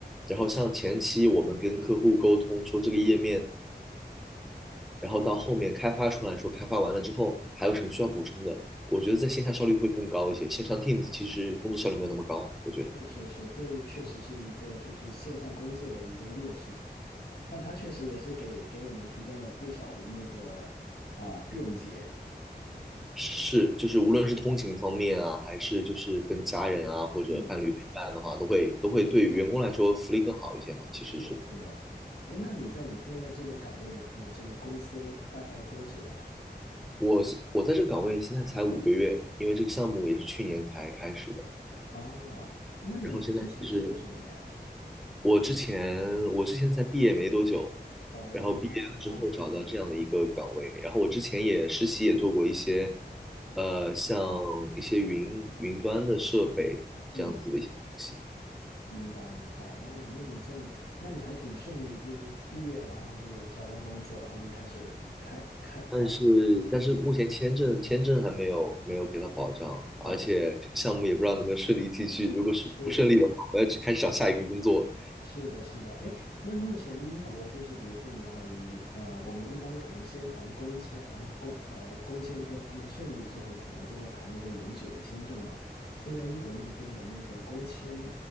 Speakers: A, in the centre; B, on the left (about 70°).
A: 然后像前期我们跟客户沟通说这个页面然后到后面开发出来说，开发完了之后还有什么需要补充的，我觉得在线下效率会更高一些。线上 Teams 其实工作效率没有那么高，我觉得
B: 是是是，这个确实是一个就是线上工作的一个劣势，但它确实也是给给我们提供了不少的那个啊、便捷。
A: 是就是无论是通勤方面啊，还是就是跟家人啊或者伴侣陪伴的话，
B: 嗯，
A: 都会都会对员工来说福利更好一些嘛。其实是
B: 是的，是的。哎，那你在你现在这个岗位和这个公司大概多久了呀？
A: 我我在这个岗位现在才五个月，因为这个项目也是去年才开始的，
B: 哦，那你之前是做什么的呀？
A: 然后现在就是我之前我之前才毕业没多久，
B: 哦，
A: 然后毕业了之后找到这样的一个岗位，然后我之前也实习也做过一些，呃，像一些云云端的设备这样子的一些东西，
B: 嗯，明白明白。哦，那你这样，那你还挺顺利，就是毕业然后就找到工作，然后就开始开开啊、
A: 但是但是目前签证签证还没有没有给到保障，
B: 工作。哦，
A: 而且项目也不知道能不能顺利继续，如果是不顺利的话，
B: 是。
A: 我要去开始找下一个工作了
B: 是的，是的，哎，那目前英国就是，比如说你要留，呃，我们一般可能先谈工签，然后工，呃，工签各方面顺利之后，可能就会谈那个永久的签证嘛。现在英国那边的那个工签